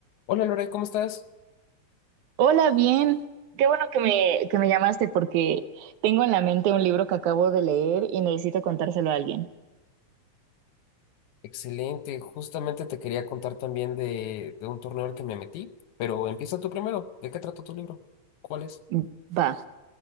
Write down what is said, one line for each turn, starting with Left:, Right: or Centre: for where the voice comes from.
Left: Hola Lore, ¿cómo estás?
Right: Hola, bien. Qué bueno que me, que me llamaste porque tengo en la mente un libro que acabo de leer y necesito contárselo a alguien.
Left: Excelente, justamente te quería contar también de, de un torneo al que me metí, pero empieza tú primero. ¿De qué trata tu libro? ¿Cuál es?
Right: Mm, Va.